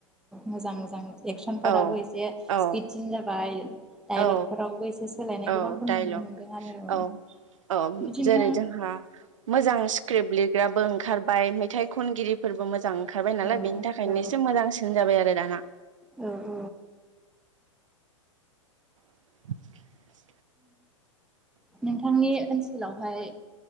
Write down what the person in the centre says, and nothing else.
मोजां मोजां एक्सनफोराबो
एसे
स्पिडसिन जाबाय। डाइलगफोरावबो
एसे सोलायनाय
गोबांखौ नुनो
मोनदों आरो।
बिदिनो
औ
औ
औ औ
नोंथांनि ओनसोलावहाय